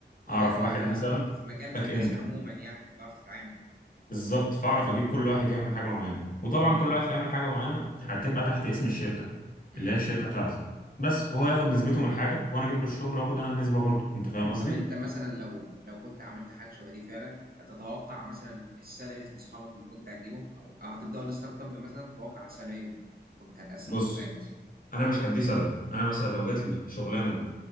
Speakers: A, on the right; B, on the left.
A: اه
B: اعرف
A: يعني
B: واحد
A: انت
B: مثلا
A: في مجال هندسي
B: باك اند
A: عموما يعني هتعرف تتعامل يعني.
B: بالظبط فاعرف اجيب كل واحد يعمل حاجه معينه وطبعا
A: امم
B: كل واحد هيعمل حاجه معينه هتبقى تحت اسم الشركه
A: امم
B: اللي هي الشركه بتاعتي بس
A: طب
B: هو
A: حلو
B: ياخد نسبته من الحاجه وانا اجيب له الشغل واخد انا النسبه برضه انت فاهم قصدي
A: طب انت مثلا لو لو كنت عملت حاجه شبه دي فعلا تتوقع مثلا السالاريز لاصحابك اللي كنت هتجيبهم او او هتبداوا الستارت اب مثلا تتوقع السالاري كنت هتقسمه
B: بص
A: ازاي مثلا
B: انا مش هديه سلبي انا مثلا لو جات لي شغلانه ب